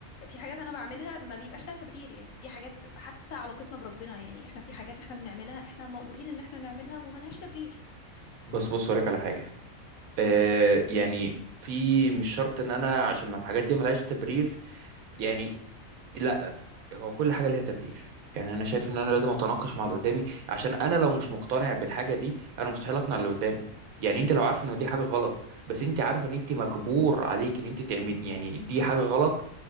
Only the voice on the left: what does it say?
في حاجات انا بعملها ما بيبقاش لها تبرير يعني في حاجات حتى علاقتنا بربنا يعني احنا في حاجات احنا بنعملها احنا مأمورين ان احنا نعملها وملهاش تبرير